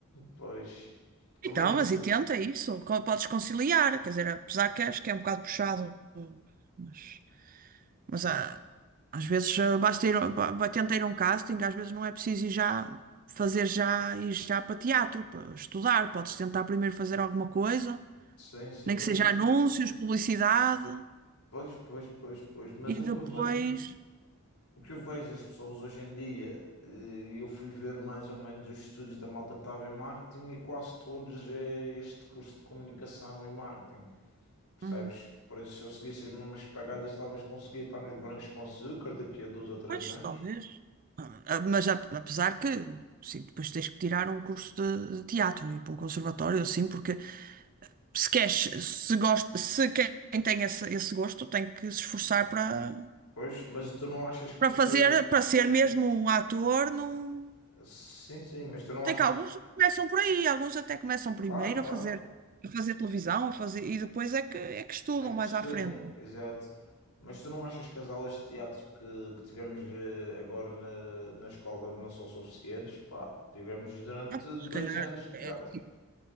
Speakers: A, on the left; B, on the right.
A: Pois também
B: Então,
A: sim,
B: mas e tenta isso. co- Podes conciliar, quer dizer, apesar que acho que é um bocado puxado, mas, mas há- às vezes ah, basta ir, ba- ba- tenta ir a um casting, às vezes não é preciso ir já fazer já ir já para teatro, para estudar. Podes tentar primeiro fazer alguma coisa
A: sim, sim,
B: Nem
A: mas
B: que seja
A: eh,
B: anúncios, publicidade
A: pois, pois, pois, pois, mas
B: e
A: o
B: depois.
A: que eu vejo. O que eu vejo das pessoas hoje em dia, eh, eu fui ver mais ou menos os estudos da malta que estava em marketing e quase todos é este curso de comunicação e marketing, percebes?
B: Hum,
A: Por isso, se eu seguisse as mesmas pegadas, talvez conseguia estar nos brancos com açúcar daqui a dois ou três
B: pois,
A: anos.
B: talvez. Ah, Mas ap- apesar que, sim, depois tens que tirar um curso de de teatro e ir para um conservatório, assim, porque se queres, se gosta, se quem tem esse, esse gosto tem que se esforçar para
A: Pois, mas tu não achas
B: para fazer,
A: que.
B: para ser mesmo um ator, não.
A: Sim, sim, mas tu não
B: Tem
A: achas.
B: que alguns começam por aí, alguns até começam primeiro
A: Claro, claro.
B: a fazer, a fazer televisão, a fazer, e depois é que, é que estudam
A: É que
B: mais
A: estudam,
B: à frente.
A: exato. Mas tu não achas que as aulas de teatro que, que tivemos eh, agora na, na escola não são suficientes? Pá, tivemos durante
B: Ah,
A: dois
B: Se calhar,
A: anos de teatro.
B: é. tipo,